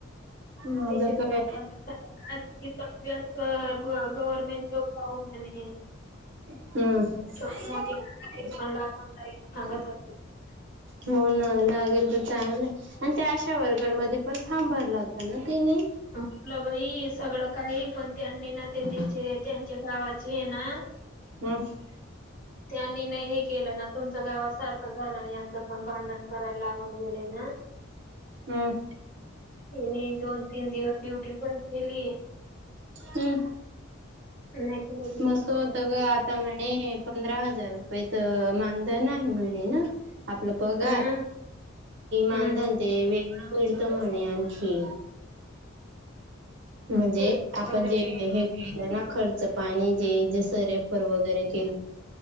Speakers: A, on the right; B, on the left.
A: माझं
B: त्याच्यािती
A: काय
B: <inaudible> तर गव्हर्मेंट जॉब पाहू म्हणे
A: हम
B: छोटी मोठी कामाची पण लागवून संगत असते ती
A: हो ना लागेल तर चांगल आणि त्या अशा वर्करमध्ये पण फार्म भरला होता ना? तिनी
B: म्हटलं बाई सगळं काही पण त्यांनी ना ते त्याचे त्यांचे गावाचे आहे ना
A: ह
B: त्यांनी नाही हे केलं ना तुमच गावासारखं झालं नाही याच पण भांडण करायला लागून गेले ना? ह
A: हं
B: नाही. दोन, तीन दिवस ड्युटी पण केली.
A: हम्म
B: नाही करू दिलं
A: मस्त
B: कामाला.
A: होत गं. आता म्हणे पंधरा हजार रुपये तर मानधन नाही म्हणे ना आपला पगार....
B: हम्म हम्म.
A: मानधन तेे वे मिळत म्हणे आणखी म्हणजे
B: पेशवर
A: आपण
B: वेगळं
A: जे हे केलं ना खर्च पाणी जे सरेफर वगैरे केले.